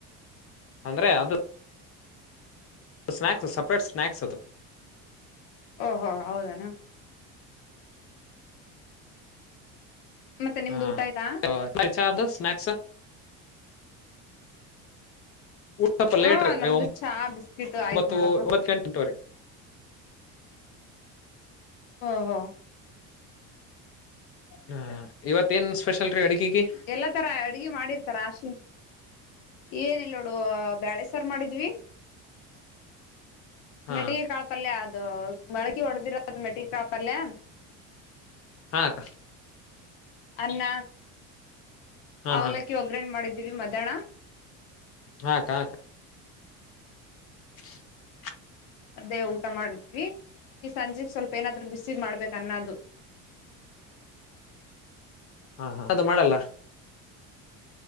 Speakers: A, on the left; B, on the left.
A: ಅಂದ್ರೆ ಅದು ಸ್ನ್ಯಾಕ್ಸು ಸೆಪ್ರೇಟ್ ಸ್ನ್ಯಾಕ್ಸ್ ಅದು.
B: ಓ ಹೋ ಹೌದನಾ? ಮತ್ತೆ ನಿಮ್ದು
A: ಹಾ
B: ಊಟ ಆಯ್ತಾ
A: ಚಾದು ಸ್ನ್ಯಾಕ್ಸು? ಸ್ವಲ್ಪ
B: ಹಾ
A: ಲೇಟ್ ರೀ
B: ನಮ್ದು ಚಾ ಬಿಸ್ಕಿಟ್
A: ಒಂಬತ್ತು
B: ಆಯ್ತು ನೋಡಪ್ಪಾ.
A: ಒಂಬತ್ತು ಗಂಟೆವರೆಗೆ
B: ಹೊ ಹೊ.
A: ಹ ಇವತ್ತ ಏನ್ ಸ್ಪೆಷಲ್. ರೀ ಅಡಗಿಗೆ
B: ಎಲ್ಲಾ ತರ ಅಡ್ಗೆ ಮಾಡಿರ್ತಾರ ಹಾಸ್ಟೇಲ್. ಏನಲ್ ನೋಡು ಬೇಳೆಸಾರ್ ಮಾಡಿದ್ವಿ.
A: ಹಾ
B: ಮಿಟಿಗೆ ಕಾಳ ಪಲ್ಯ ಆದ. ಅ ಮಳಕಿ ಹೊಡೆದಿರದ್ ಮೆಟ್ಟಿಗೆ ಕಾಳ್ ಪಲ್ಯ.
A: ಹಾ ಅಕ್ಕ.
B: ಅನ್ನ
A: ಹಾ
B: ಅವ್ಲಕ್ಕಿ
A: ಹಾ
B: ಹೋಗರ್ಣೆ ಮಾಡಿದೀವಿ ಮಧ್ಯಾಹನ.
A: ಹಾ ಅಕ್ಕ ಕ್ಕ. <inaudible>
B: ಅದೇ ಊಟ ಮಾಡಿದ್ವಿ ಈ ಸಂಜೆೆಗೆ ಸ್ವಲ್ಪ ಏನಾದ್ರು ಬಿಸಿದ್ ಮಾಡ್ಬೇಕ ಅನ್ನದು.
A: ಹ ಅದು ಮಾಡಲ್ಲ.